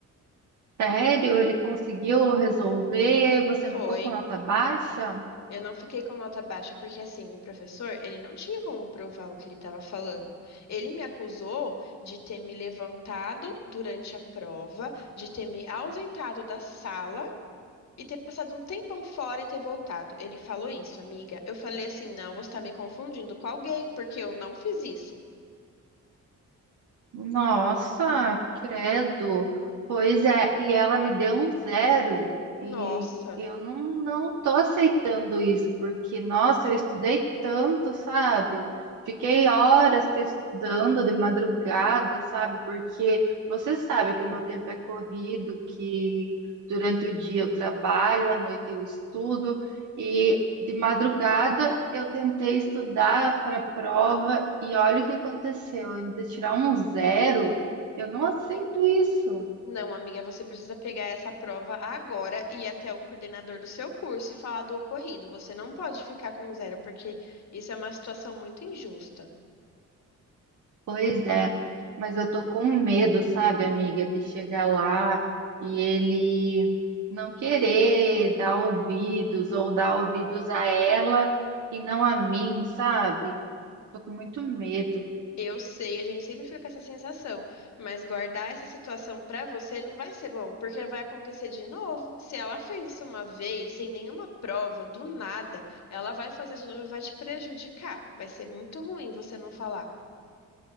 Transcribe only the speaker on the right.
Sério, ele conseguiu resolver, você não
foi com nota baixa?
Nossa, credo. Pois é, e ela me deu um zero
e eu não, não tô aceitando isso, porque, nossa, eu estudei tanto, sabe? Fiquei horas pesquisando de madrugada, sabe? Porque você sabe que o meu tempo é corrido, que durante o dia eu trabalho, à noite eu estudo, e de madrugada eu tentei estudar para a prova e olha o que aconteceu. Ainda tirar um zero, eu não aceito isso.
Pois é, mas eu tô com medo, sabe, amiga, de chegar lá e ele não querer dar ouvidos ou dar ouvidos a ela e não a mim, sabe? Tô com muito medo.